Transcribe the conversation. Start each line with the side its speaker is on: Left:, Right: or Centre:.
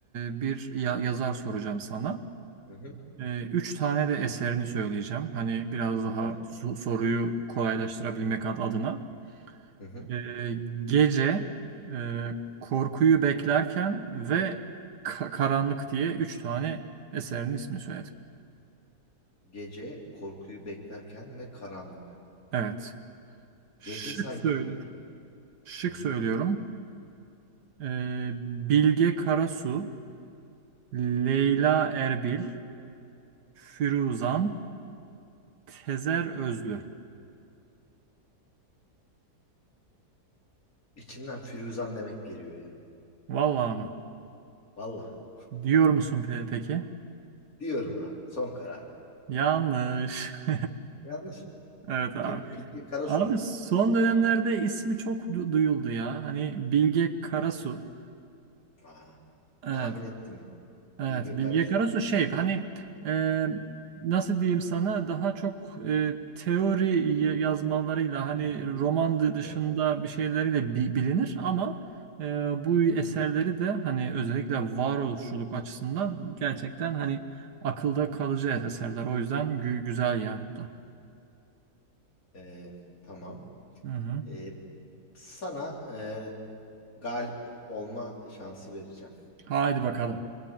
Right: e, bir ya- yazar soracağım sana.
Left: Hı hı.
Right: E, üç tane de eserini söyleyeceğim. Hani biraz daha
Left: Evet.
Right: so- soruyu kolaylaştırabilmek ad- adına.
Left: Hı hı.
Right: Ee, gece e, korkuyu beklerken ve Ka- karanlık diye 3 tane eserinin ismini söyledim.
Left: Gece korkuyu beklerken ve karanlık.
Right: Evet. Şık
Left: Gece sanki
Right: söylüyorum.
Left: duydum.
Right: Şık
Left: Hı hı.
Right: söylüyorum. Ee, Bilge Karasu, Leyla Erbil, Firuzan, Tezer Özlü.
Left: İçimden Firuzan demek geliyor ya.
Right: Vallahi mı?
Left: Vallahi.
Right: Diyor musun pe- peki?
Left: Diyorum abi. Son karar.
Right: Yanlış. <laughs>
Left: Yanlış.
Right: Evet abi.
Left: Kim? Bilge Karasu
Right: Abi
Left: mu?
Right: son dönemlerde ismi çok du- duyuldu ya. Hani Bilge Karasu.
Left: Aa,
Right: Evet.
Left: tahmin ettim ya.
Right: Evet,
Left: Bilge
Right: Bilge
Left: Karasu'dan.
Right: Karasu şey hani e, nasıl diyeyim sana daha çok e, teori ya- yazmalarıyla hani
Left: Hı hı.
Right: roman dı- dışında
Left: Evet.
Right: bir şeyleriyle bi- bilinir ama e, bu eserleri
Left: Hı hı.
Right: de hani özellikle varoluşçuluk açısından gerçekten hani akılda kalıcı eserler. O yüzden gü- güzel yani bu da.
Left: Ee, tamam.
Right: Hı hı.
Left: Ee, sana e, galip olma şansı vereceğim.
Right: Haydi bakalım.